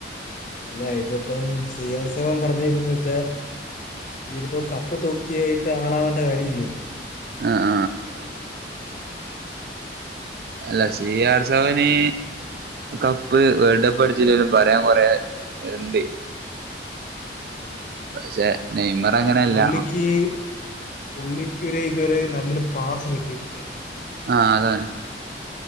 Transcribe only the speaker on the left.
അല്ല ഇതിപ്പം സി ആർ സെവൻ പറഞ്ഞിരിക്കന്ന് വെച്ചാ ഇതിപ്പോ കപ്പ് കപ്പ് തൂക്കിയിട്ട് ആളാവണ്ട കാര്യമില്ലല്ലോ
<unintelligible>
ഇല്ല
പുള്ളിക്ക് പുള്ളിക്ക് ഒരു ഇതുവരെ നല്ലൊരു പാസ് കിട്ടിയിട്ടില്ല